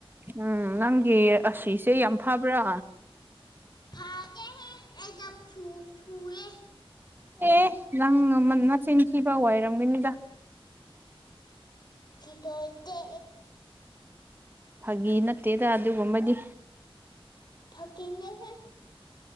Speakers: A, on the right (about 20°); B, on the left (about 45°).
A: ꯎꯝ ꯅꯪꯒꯤ ꯑꯁꯤꯁꯦ ꯌꯥꯝ ꯐꯕ꯭ꯔꯥ
B: ꯐꯗꯦꯍꯦ ꯑꯩꯗ ꯐꯨ ꯐꯨꯋꯦ
A: ꯑꯦ ꯅꯪ ꯃꯆꯤꯟ ꯊꯤꯕ ꯑꯣꯏꯔꯝꯒꯅꯤꯗ
B: ꯇꯠꯇ ꯏꯠꯇ
A: ꯐꯥꯒꯤ ꯅꯠꯇꯦꯗ ꯑꯗꯨꯒꯨꯝꯕꯗꯤ
B: ꯐꯥꯒꯤꯅꯦꯍꯦ